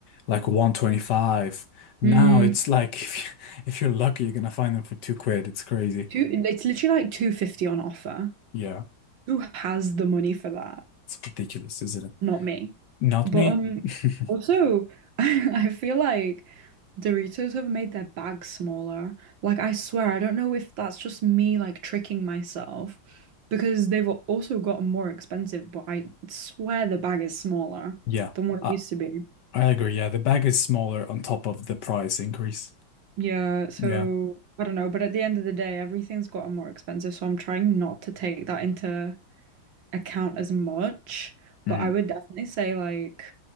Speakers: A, on the left; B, on the right.
A: like 125. Now
B: Mm,
A: it's like <laughs> if you, if you're lucky, you're gonna find them for two quid. It's crazy.
B: two, it's literally like 250 on offer.
A: Yeah.
B: Who has the money for that?
A: It's ridiculous, isn't it?
B: Not me.
A: Not
B: But
A: me.
B: um,
A: <laughs>
B: also, <laughs> I, I feel like Doritos have made their bag smaller. Like, I swear, I don't know if that's just me like tricking myself because they've al- also gotten more expensive, but I swear the bag is smaller
A: Yeah,
B: than what
A: I,
B: it used to be.
A: I agree. Yeah, the bag is smaller on top of the price increase.
B: Yeah, so
A: Yeah.
B: I don't know, but at the end of the day, everything's gotten more expensive, so I'm trying not to take that into account as much.
A: Mm.
B: But I would definitely say like